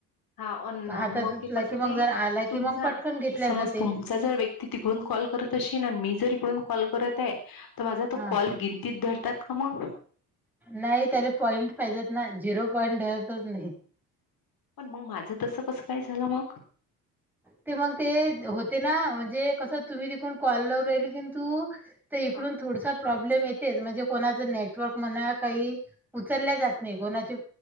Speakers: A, on the left (about 50°); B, in the centre.
A: हा अन
B: हातात
A: मग
B: असला
A: ते कसं
B: की मग
A: ताई
B: जर आला की
A: तुमचा
B: मग पटकन घेतल्या
A: समज
B: जाते
A: तुम चा जर व्यक्ती तिकडून कॉल करत अशीन अन मी जर इडूण इकडून कॉल करत आहे तर माझा तो
B: हा.
A: कॉल गिनतीत धरतात का मग?
B: नाही त्याला पॉईंट पाहिजेत ना झिरो पॉईंट धरतच नाही.
A: पण मग माझं तसं कसं काय झालं मग?
B: ते मग ते होते ना म्हणजे कसं तुम्ही तीकून कॉल लाऊ राहिली किनी तु तर इकडून
A: हां.
B: थोडसा प्रब्लेम येते म्हणजे कोणाच नेटवर्क म्हणा काही उचल्या जात नाही कोनाचे